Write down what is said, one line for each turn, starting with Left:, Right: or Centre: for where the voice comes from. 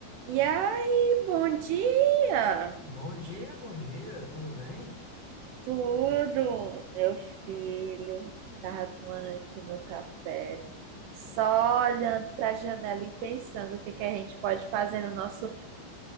Right: E aí, bom dia!
Left: Bom dia, bom dia, tudo bem?
Right: Tudo, meu filho. Tava tomando aqui meu café, só olhando para a janela e pensando o que que a gente pode fazer no nosso,